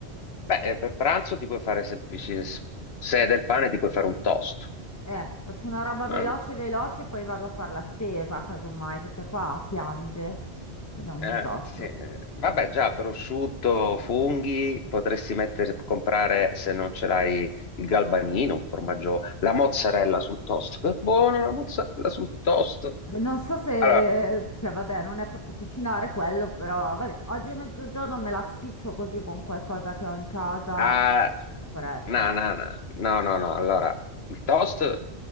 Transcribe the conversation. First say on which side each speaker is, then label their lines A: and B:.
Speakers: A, on the left; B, on the left.
A: Beh, eh, per pranzo ti puoi fare semplici... s- Se è del pane ti puoi fare un toast.
B: Eh, faccio una roba
A: Ma-
B: veloce, veloce, poi vado a fare la spesa, casomai, perché qua piange ed è un
A: eh,
B: disastro.
A: sì, eh, Vabbè, già, prosciutto, funghi, potresti mettere, comprare, se non ce l'hai, il galbanino, un formaggio, la mozzarella sul toast. Che buono la mozzarella sul toast.
B: Non so se,
A: Allora,
B: cioè, vabbè, non è proprio cucinare quello, però, vabbè, oggi mezzogiorno me la spiccio così con qualcosa che ho in casa,
A: Ah,
B: in fretta.
A: no, no, no, no, no, no. Allora, il toast